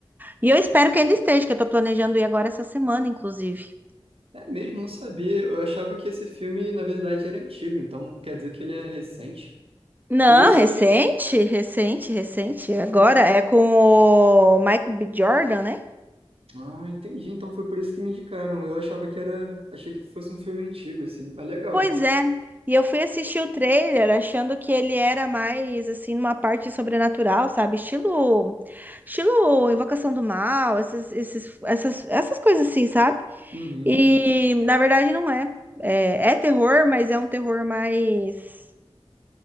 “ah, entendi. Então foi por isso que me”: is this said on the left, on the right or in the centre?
Right